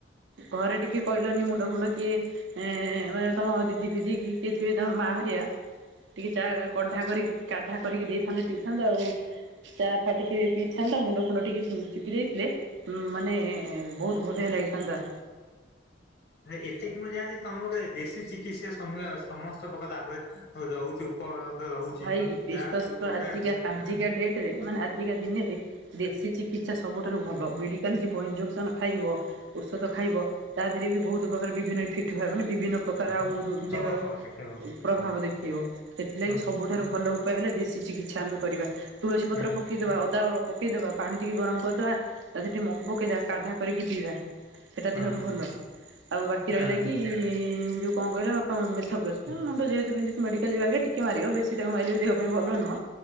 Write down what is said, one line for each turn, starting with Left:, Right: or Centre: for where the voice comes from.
Right: ଘରେ ଟିକେ କହିଲନି ମୁଣ୍ଡ ଫୁଣ୍ଡ କିଏ, ଏ ମେ ତମ ଦିଦି ଫିଦି କି କିଏ ଏ ତାଙ୍କ ମା ହେରିକା, ଟିକେ ଚା କାଢ଼ା କରି, କାଢ଼ା କରିକି ଦେଇଥାନ୍ତେ, ପିଇଥାନ୍ତ ଆଉ। ଚା ଫା ଟିକେ ପିଇଥାନ୍ତ, ମୁଣ୍ଡ ଫୁଣ୍ଡ ଟିକେ ପିଇ ଦେଇଥିଲେ, ମାନେ ବହୁତ ବଢ଼ିଆ ଲାଗିଥାନ୍ତା।
Left: ଭାଇ, ଏତିକି ମୁଁ ଜାଣିଲି, ତମକୁ ଦେଶୀ ଚିକିତ୍ସା ସମ ସମସ୍ତ ପ୍ରକାର ଲାଭ ରହୁଚି, ଉପଲବ୍ଧ ରହୁଚି,
Right: ଭାଇ ବିଶ୍ୱାସ
Left: ଯାହାଉ ଯୋଉ
Right: କର
Left: ଗୋଟା
Right: ଆଜିକା ଆଜିକା ଡେଟ ରେ, ମାନେ ଆଜିକା ଦିନରେ, ଦେଶୀ ଚିକି ଚିକିତ୍ସା ସବୁଠାରୁ ଭଲ। ମେଡ଼ିକାଲ ଯିବ, ଇଞ୍ଜେକ୍ସନ୍ ଖାଇବ, ଔଷଧ ଖାଇବ। ତା ଦେହରେ ବି ବହୁତ ପ୍ରକାର ବିଭିନ୍ନ ଇଫେକ୍ଟ ହୁଏ, ମାନେ ବିଭିନ୍ନ ପ୍ରକାର
Left: ସ୍ୱଭାବ
Right: ଆଉ, ଦେହର
Left: ଦେଖେଇବ।
Right: ପ୍ରଭାବ ଦେଖେଇବ, ସେଥି ଲାଗି
Left: ହଁ
Right: ସବୁଠାରୁ ଭଲ ଉପାୟ ହେଲେ, ଦେଶୀ ଚିକିତ୍ସା ଆମେ କରିବା, ତୁଳସୀ ପତ୍ର
Left: ହଁ
Right: ପକେଇଦବା, ଅଦା ପକେଇଦବା, ପାଣି ଟିକେ ଗରମ କରିଦବା, ତା ଦିହରେ ଟିକେ ମହୁ ପକେଇ ଦବା, କାଢା କରିକି ପିଇବା। ସେଟା
Left: ହଁ
Right: ଦେହ ପାଇଁ ଭଲ, ଆଉ ବାକି
Left: ହଁ
Right: ରହିଲା କି
Left: ହଁ
Right: ଯୋଉ କଣ କହିଲ, ମେଥପ୍ଲସ? ଉଁ
Left: ହଁ
Right: ମୁଣ୍ଡ ଯେହେତୁ ବିନ୍ଧୁଚି, ମେଡିକାଲ ଯିବା ଆଗ ଟିକେ ମାରିବ, ବେଶୀ ତାକୁ ମାରିଲେ ବି ଦେହ ପାଇଁ ଭଲ ନୁହଁ।